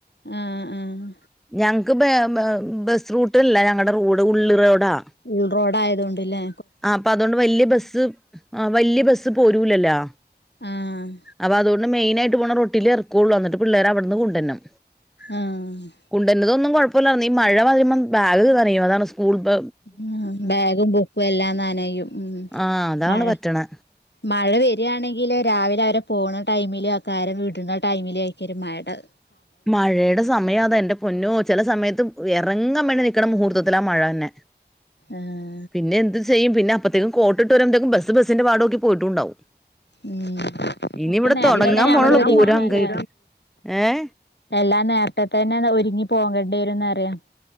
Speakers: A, on the left (about 75°); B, in the centre.
A: ആഹ് ആഹ്
B: ഞങ് ക്ക് ബെ ബെസ് റൂട്ട്ല്ല ഞങ്ങടെ റോഡ് ഉള്ള് റോഡാ
A: ഉൾറോഡായതോണ്ട്ല്ലേ
B: ആഹ് അപ്പൊ അതോണ്ട് വെല്ല്യ ബസ്സ് ആ വെല്ല്യ ബസ്സ് പോരൂലല്ലോ
A: ആഹ്
B: അപ്പൊ അതോണ്ട് മെയിനായിട്ട് പോണ റോട്ടിലെറക്കൊള്ളു അന്ന്ട്ട് പിള്ളേരെ അവ്ട്ന്ന് കൊണ്ടര്ണം
A: ആഹ്
B: കുണ്ടര്തൊന്നും കൊഴപ്പല്ലാർന്നു ഈ മഴ വരുമ്പം ബാഗ് നനയും അതാണ് സ്കൂൾ ബ
A: ആ ബാഗും ബുക്കും എല്ലാം നനയും ഉം
B: ആഹ് അതാണ്
A: മഴ
B: പറ്റണെ
A: മഴ വെരാണെങ്കില് രാവിലെ അവരെ പോണ ടൈമിലേക്കാരം വിട്ണ ടൈമിലേക്കാരം മഴണ്ടാവ
B: മഴേടെ സമയം അതാ എന്റെ പൊന്നോ ചെല സമയത്ത് എറങ്ങാൻ വേണ്ടി നിക്കണ മുഹൂർത്തത്തിലാ മഴെന്നെ
A: ആഹ്
B: പിന്നെന്ത് ചെയ്യും പിന്നപ്പത്തേക്കും കോട്ട് ട്ട് വെരുമ്പത്തേക്കും ബസ്സ് ബസ്സിന്റെ പാടോക്കി പോയിട്ടുണ്ടാവും
A: ഉം
B: ഇനി
A: അപ്പ
B: ഇവിടെ
A: നേരത്തെന്നെ
B: തുടങ്ങാൻ
A: ഞങ്ങള്
B: പോണുള്ളൂ
A: ഒരുങ്ങണ
B: പൂരം അങ്കായിട്ട്
A: ല്ലേ
B: ഏഹ്
A: എല്ലാം നേരത്തെ തന്നെ ഒരുങ്ങി പോകണ്ടി വരും എന്ന് പറയാ